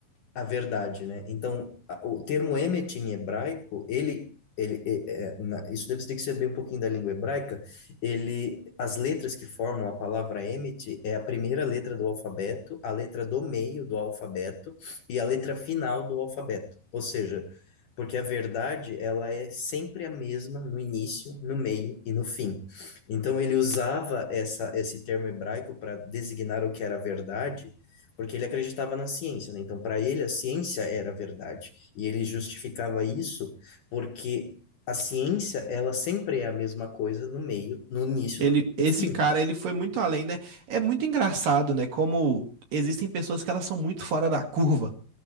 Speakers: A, on the left (about 55°); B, on the right (about 55°).
A: a verdade, né? Então, a- o termo emet em hebraico, ele, ele é- é, na- isso deve ter que saber um pouquinho da língua hebraica. Ele, as letras que formam a palavra emet é a primeira letra do alfabeto, a letra do meio do alfabeto e a letra final do alfabeto. Ou seja, porque a verdade, ela é sempre a mesma no início, no meio e no fim. Então, ele usava essa, esse termo hebraico para designar o que era verdade porque ele acreditava na ciência, né? Então, para ele, a ciência era a verdade. E ele justificava isso porque a ciência, ela sempre é a mesma coisa no meio, no início,
B: Ele,
A: no meio, e
B: esse
A: no fim.
B: cara, ele foi muito além, né? É muito engraçado, né? Como existem pessoas que elas são muito fora da curva.